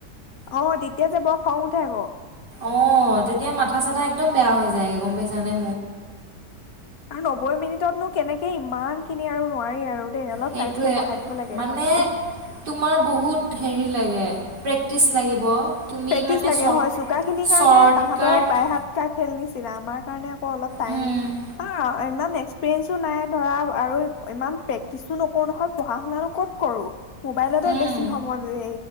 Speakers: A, on the left; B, on the right.
A: অ', তেতিয়া যে বৰ খং উঠে আকৌ।
B: অ', তেতিয়া মাথা সাথা একদম বেয়া হৈ যায় গে গম পায়চা নে।
A: আৰু নব্বৈ মিনিটত নো কেনেকে ইমান কিনি আৰু নোৱাৰি আৰু। দেই অলপ
B: সেইটোৱেই
A: টাইমটো বঢ়াই দিব লাগে
B: মানে
A: মোৰ মতে।
B: তোমাৰ বহুত হেৰি কি লাগে কষ্ট লাগিব। তুমি
A: প্ৰেক্টিচ
B: মানে
A: লগে
B: চ
A: হয় চোকা খিনিৰ কাৰণে
B: শ্বৰ্টকাট
A: তাহাঁতৰ বাই হাত কা খেল নিচি আমাৰ কাৰণে আকৌ অলপ টাইম
B: উম,
A: অ', ইমান ইমান এক্সপেৰিইন্টচো নাই ধৰা আৰু ইমান প্ৰেক্টিচ ও নকৰো নহয় পহা শুনা নো ক'ত কৰো মোবাইলতে
B: উম,
A: বেছি সময়